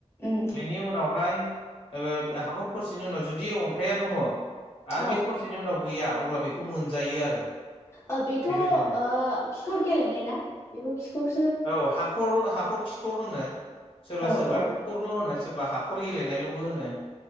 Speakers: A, on the left; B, on the left.
A: उम,
B: बेनि उनाव फाय <unintelligible> हाखर खरसेनि उनाव जुदि अन्थाइा दङ। आरो
A: औ
B: बे खरसेनि उनाव गैया अब्ला बेखौ मोनजायो आरो।
A: ओ बेथ'
B: बेबायदिनो
A: ओ खिखर गेलेनाय ना बेखौ खिखर
B: औ हाखर ह हाखर खिखर होनो । सोरबा
A: औ
B: सोरबा
A: औ
B: खरल' होनो। सोरबा हाखर गेलेनायल'बो होनो।